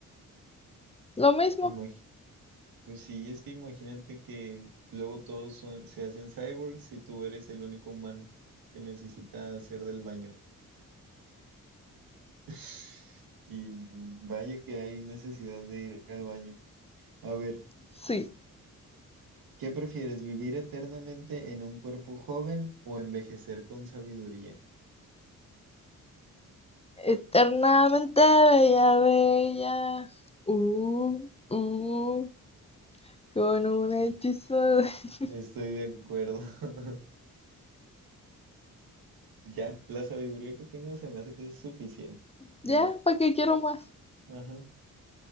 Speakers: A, on the left; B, on the right.
A: lo mismo.
B: imagi- pues sí, es que imagínate que luego todos son- se hacen cyborgs y tú eres el único humano que necesita hacer del baño. <laughs> Y mm, vaya que hay necesidad de ir al baño. A ver,
A: Sí.
B: ¿qué prefieres, vivir eternamente en un cuerpo joven o envejecer con sabiduría?
A: Eternamente bella, bella. Uh, uh, con un
B: Sí,
A: hechizo. de- <laughs>
B: estoy de acuerdo. <laughs> Ya, la sabiduría que tengo se me hace que es suficiente.
A: Ya,
B: Y ya,
A: ¿para qué quiero más?
B: ajá,